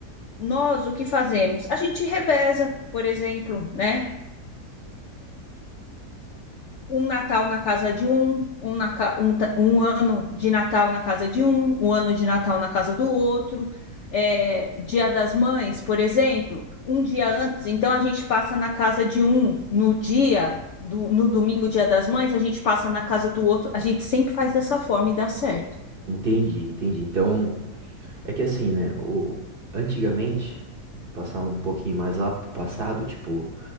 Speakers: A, on the left; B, on the right.
A: Nós, o que fazemos? A gente reveza, por exemplo, né? um Natal na casa de um, um, na ca- um ta- um ano de Natal na casa de um, um ano de Natal na casa do outro. É, Dia das Mães, por exemplo, um dia antes, então a gente passa na casa de um, no dia do, no domingo, Dia das Mães, a gente passa na casa do outro. A gente sempre faz dessa forma e dá certo.
B: Entendi, entendi. Então, é que assim, né? O, antigamente, passar um pouquinho mais lá pro passado, tipo,